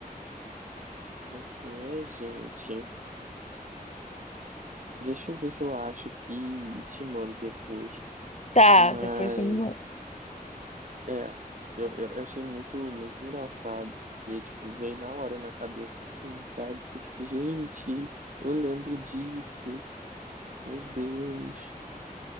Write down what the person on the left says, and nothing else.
Tá,
depois você me manda.